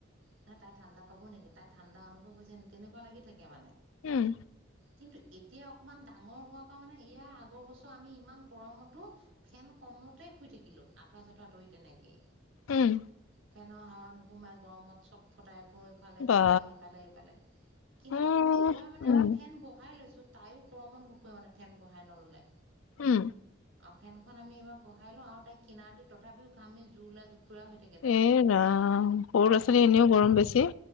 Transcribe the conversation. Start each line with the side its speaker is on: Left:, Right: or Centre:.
Right: তাই- তাই ঠাণ্ডা পাব নেকি? তাই ঠাণ্ডা অনুভৱ হৈছে নি, তেনেকুৱা লাগি থাকে মানে।
Left: উম।
Right: কিন্তু এতিয়া অকমান ডাঙৰ হোৱাৰ পৰা মানে ইয়াৰ আগৰ বছৰ আমি ইমান গৰমতো ফেন কমতে শুই থাকিলোঁ। আঁঠুৱা- চাঠুৱা আতৰি তেনেকে
Left: উম
Right: ফেনৰ হাৱা নোসোমাই গৰমত চব। ফটাই ফুৰোঁ ইফালে-
Left: বা
Right: সিফালে- সিফালে- ইফালে কিন্তু
Left: উম
Right: এইবাৰ মানে
Left: উম
Right: আমি ফেন বহাই লৈছোঁ। তাইও গৰমত নুশুৱে মানে, ফেন বঢ়হাই নল'লে
Left: উম
Right: আৰু ফেন খন আমি এইবাৰ উহাই লওঁ আৰু তাই কিনাৰ দি তথাপি ঘামি জোৰলা জোপুৰা হৈ থাকে তাই
Left: এ ৰাম সৰু ল'ৰা- ছোৱালী এনেও গৰম বেছি।